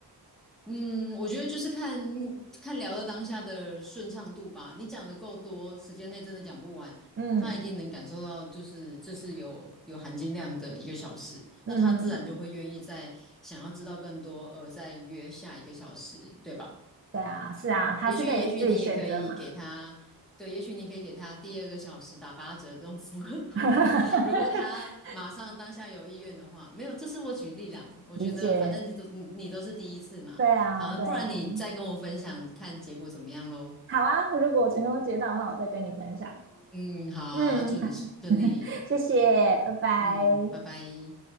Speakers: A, in the centre; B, on the right (about 30°).
A: 嗯，我觉得就是看看聊的当下的顺畅度吧。你讲的够多，时间内真的讲不完，
B: 嗯
A: 他一定能感受到，就是这是有有含金量的一个小时，
B: 嗯，
A: 那他自然就会愿意再想要知道更多，而再约下一个小时，对吧？
B: 对啊，是啊，他是可以自己选择嘛，
A: 也许也许你也可以给他，对，也许你可以给他第二个小时打八折这种服务。<laughs>
B: <laughs>
A: 如果他马上当下有意愿的话，没有，这是我举例啦。我觉得反正你都你你都是第一次嘛，
B: 理解，对啊对啊，
A: 好，不然你再跟我分享看结果怎么样喽。
B: 好啊，如果我成功接到的话，我再跟你分享。
A: 嗯，好啊，
B: 嗯，
A: 祝你顺利。
B: 好，谢谢，拜拜。
A: 嗯，拜拜。